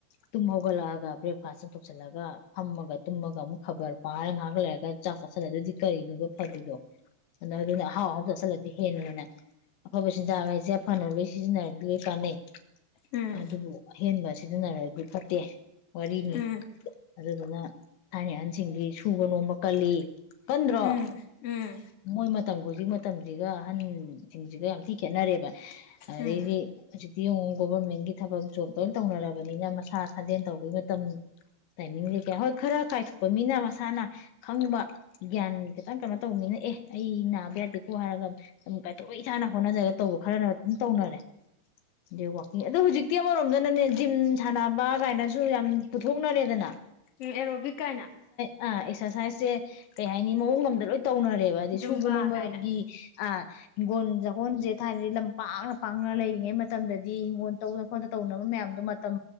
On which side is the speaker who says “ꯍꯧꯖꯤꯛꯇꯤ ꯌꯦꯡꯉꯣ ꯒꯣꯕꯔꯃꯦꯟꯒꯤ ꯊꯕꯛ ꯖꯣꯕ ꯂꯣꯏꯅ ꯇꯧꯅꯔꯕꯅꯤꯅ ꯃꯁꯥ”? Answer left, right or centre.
Left